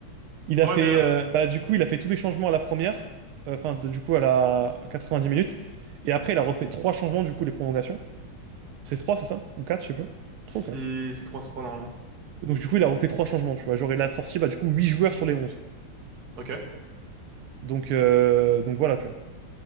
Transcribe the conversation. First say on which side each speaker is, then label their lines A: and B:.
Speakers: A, on the right; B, on the right.
A: Il
B: Ouais,
A: a fait,
B: mais, euh,
A: euh, bah, du coup, il a fait tous les changements à la première, euh, enfin, du coup, à la à 90 minutes. Et après, il a refait trois changements, du coup, les prolongations. C'est trois, c'est ça? Ou quatre, je sais plus.
B: c'est,
A: Trois ou quatre.
B: c'est 3 trois normalement.
A: Et donc, du coup, il a refait trois changements, tu vois. Genre, il a sorti, bah, du coup, huit joueurs sur les onze
B: Ok. Ouais,
A: Donc, euh, donc voilà, tu vois.